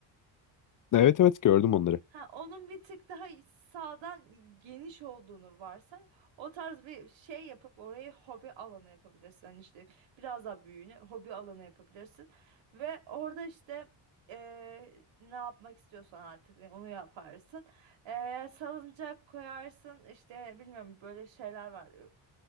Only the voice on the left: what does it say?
Evet evet gördüm onları.